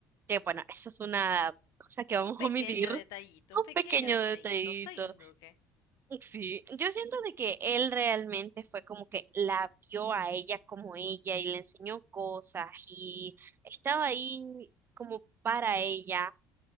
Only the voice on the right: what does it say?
que bueno, eso es una cosa que vamos
a omitir,
un
pequeño
detallito.
Sí, yo siento de que él realmente fue como que la vio a ella como ella y le enseñó cosas y estaba ahí como para ella.